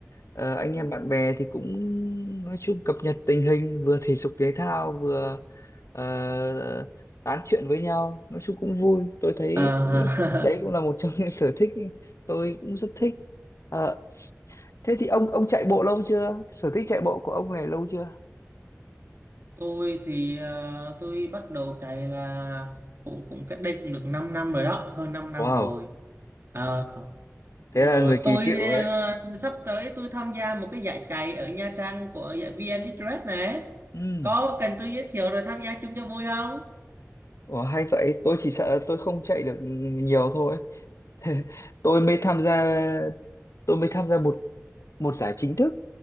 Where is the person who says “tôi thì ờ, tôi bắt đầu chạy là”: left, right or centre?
Right